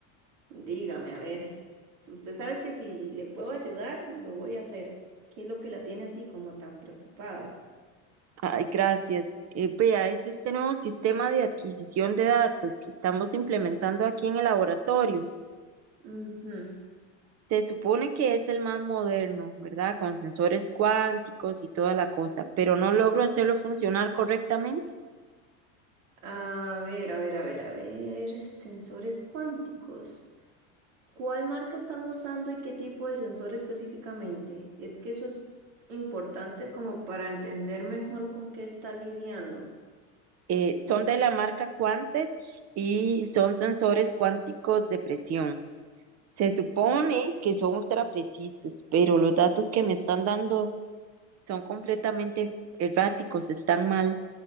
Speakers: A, on the right; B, on the right.
A: Dígame, a ver, si usted sabe que si le puedo ayudar, lo voy a hacer. ¿Qué es lo que la tiene así como tan preocupada?
B: Ay, gracias. Eh, vea, es este nuevo sistema de adquisición de datos que estamos implementando aquí en el laboratorio.
A: Ujú.
B: Se supone que es el más moderno, ¿verdad? Con sensores cuánticos y toda la cosa, pero no logro hacerlo funcionar correctamente.
A: A ver, a ver, a ver, a ver, sensores cuánticos. ¿Cuál marca están usando y qué tipo de sensor específicamente? Es que eso es importante como para entender mejor con qué está lidiando.
B: Eh, son de la marca Quantech y son sensores cuánticos de presión. Se supone que son ultra precisos, pero los datos que me están dando son completamente erráticos, están mal.